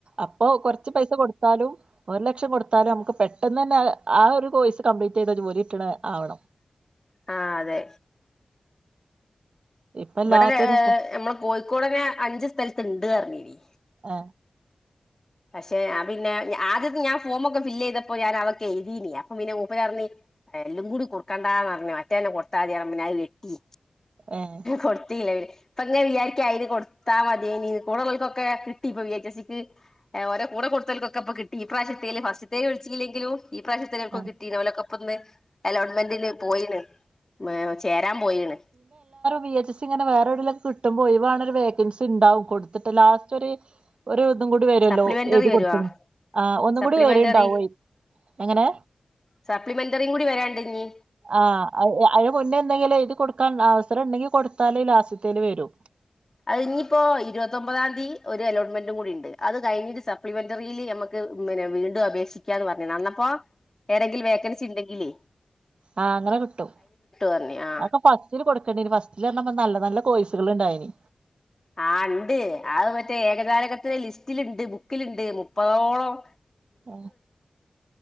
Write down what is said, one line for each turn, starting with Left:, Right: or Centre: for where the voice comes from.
Right: അപ്പൊ കൊറച്ച് പൈസ കൊടുത്താലും. ഒരു ലക്ഷം കൊടുത്ത തലും നമുക്ക് പെട്ടെന്ന് തന്നെ ആ ഒരു കോഴ്സ് കംപ്ലീറ്റ് ചെയ്ത ജോലി കിടുണആവണം.
Left: ആഹ അതെ.
Right: ഇപ്പ എല്ലാത്തിനും
Left: ഇവിടെ ഹ് കോഴിക്കോടന്നെ അഞ്ച് സ്ഥലത്ത് ഇ ണ്ടെന്ന് മരി
Right: ആ
Left: പക്ഷെ ഞാൻ പിന്നെ ആദ്യമൊക്കെഞാൻ ഫോമൊക്കെ ഫില് ചെയ്തപ്പോ ഞാൻ അതൊക്കെ എഴുതിയെന്ന്. അപ്പൊ പിന്നെ മൂപ്പര് പറഞ്ഞു. എല്ലും കൂടി കൊടുക്കണ്ട മറ്റേ കൊടുത്താൽ മതി അത് വെട്ടി.
Right: ഏഹ്
Left: കൊടുത്തില്ല <inaudible> ഇപ്പോ ഇങ്ങനെ വിചാരിക്കുകയാണ് അതിൽ കൊടുത്താൽ മതിയിന്. കൂടെയുള്ളവർക്കൊക്കെ വിഎച്ച്എസ്ഇക്ക് കിട്ടി. അവരെ കൂടെ കൊടുത്തു അവർക്കൊക്കെ കിട്ടി ഇപ്രാവശ്യത്തേതിൽ. ഫസ്റ്റ്ത്തേതിൽ വിളിച്ചില്ലെങ്കിലും. ഈ പ്രാവശ്യത്തെ അവർക്കൊക്കെ
Right: ആഹ്
Left: കിട്ടി. ഓലൊക്കെ ഇപ്പന്ന് അലോൺ്മെന്റിന് പോയിന്. മേം ചേരാൻ പോയിണ്.
Right: വിഎച്ച്എസി ഇങ്ങനെ വേറെ എവിടെയെങ്കിലും കിട്ടുമ്പോൾ ഒഴിവാക്കുന്ന വേക്കൻസി ഉണ്ടാവും കൊടുത്തിട്ടാല് ലാസ്റ്റ് ഒരു <unintelligible> വരുല്ലോ
Left: സപ്ലിമെന്ററി
Right: എഴുതി
Left: വരുവാ
Right: കൊടുത്ത്ണ് ആഹ് ഒന്നും
Left: സപ്ലിമെന്ററി
Right: കൂടി വരുണ്ടാവേ എങ്ങനെ
Left: സപ്ലിമെന്ററും കൂടി വരാണ്ട് ഞി.
Right: ആഹ് അ മുനെ എന്തെങ്കിലും എഴുതി കൊടുക്കാൻ അവസരം ഉണ്ടെങ്കിൽ കൊടുത്താലില്ല. അടുത്തതിൽ വരും.
Left: അത് ഇനിയിപ്പോൊ ഇരുപത്തി ഒമ്പതാം തീ. അലോട്ട്മെന്റും കൂടി ഉണ്ട്. അത് കഴിഞ്ഞിട്ട് സപ്ലിമെന്ററിയിൽ നമമ്മക്ക് പിന്നെ വീണ്ടും. അപേക്ഷിക്കാ എന്ന് പറഞ്ഞ അന്നപ്പോ ഏതെങ്കിലും വേക്കൻസി ഉണ്ടെങ്കില്
Right: ആഹ അങ്ങനെ കിട്ടും.
Left: പറഞ്ഞ് ആ
Right: അപ്പം ഫസ്റ്റില് കൊടുക്കണ്ടേന്ന് ഫസ്റ്റില് നല്ല നല്ല കോഴ്സ് യ്സ് കൾ ണ്ടായിനി
Left: ആ ഉണ്ട് ആഹ് മറ്റേ ഏകജാലകത്തിലെ ലിസ്റ്റിലുണ്ട്. ബുക്ക് ക്കി ലുണ്ട് മുപ്പതോ ളം
Right: ആ